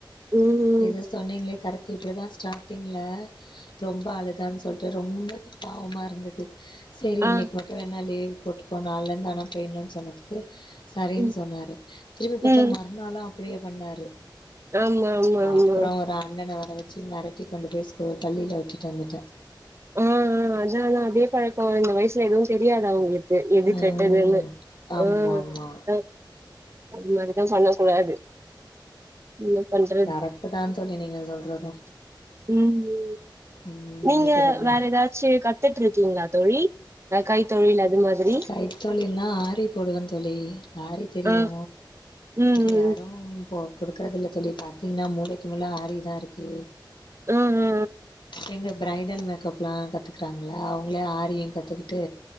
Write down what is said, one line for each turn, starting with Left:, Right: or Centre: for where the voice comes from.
Right: ம்
Left: இத சொன்னீங்களே கரெக்ட் இப்டி தா ஸ்டார்டிங்ல ரொம்போ அழுதான்னு சொல்லிட்டு ரொம்போ பாவமா இருந்தது செரி இன்னைக்கு
Right: ஆ
Left: மட்டு வேணா லீவ் போட்டுக்கோ நாள்லருந்து ஆனா போயிடணுனு சொன்னதுக்கு சரினு
Right: ம்
Left: சொன்னாரு திரும்பி பாத்தா
Right: ம்
Left: மறுநாளு அப்டியே பண்ணாரு
Right: ஆமா ஆமா ஆமா
Left: அப்புற ஒரு அண்ணன வர வச்சு மெரட்டி கொண்டு போய் ஸ்கூ பள்ளியில விட்டுட்டு வந்துட்ட
Right: ஆ ஆ அதுனாலதா அதே பழக்கோ இந்த வயசுல எதுவு தெரியாது அவங்களுக் எது
Left: ம்
Right: கெட்டதுன்னு
Left: ஆமாமா
Right: அ அதா அதுமாரி தா பண்ண கூடாது என்ன பண்ற
Left: கரெக்ட் தா தோழி நீங்க சொல்றது
Right: ம் ஏ
Left: ம்
Right: நீங்க
Left: இது எனக்கு
Right: வேற ஏதாச்சு கத்துட்ருக்கீங்களா தோழி அ கைத் தொழில் அது மாதிரி
Left: கைத்தொழில்னா ஆரி போடுவன் தோழி ஆரி தெரியு
Right: ஆ ம் ம்
Left: இப்ப
Right: ம்
Left: யாரும் போ குடுக்கறதில்லை தோழி பாத்தீன்னா மூளைக்கு மூள ஆரிதா இருக்கு
Right: ம்ம்
Left: எங்க ப்ரைடல் மேக்கப்லா கத்துக்றாங்ளா அவங்களே ஆரியு கத்துக்குட்டு